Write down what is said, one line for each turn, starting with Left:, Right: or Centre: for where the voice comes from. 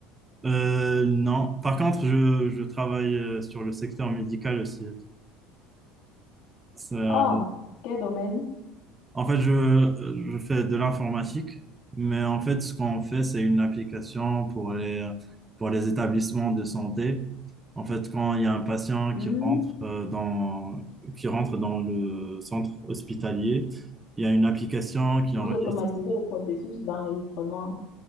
Right: Euh, non. Par contre, je, je travaille euh, sur le secteur médical aussi. Ça,
Left: Ah, quel domaine?
Right: En fait, je, je fais de l'informatique, mais en fait, ce qu'on fait, c'est une application pour les, pour les établissements de santé. En fait, quand il y a un patient
Left: Hmm,
Right: qui rentre, euh, dans, qui rentre dans le centre hospitalier, il y a une application qui
Left: Vous
Right: enregistre.
Left: automatisez le processus d'enregistrement.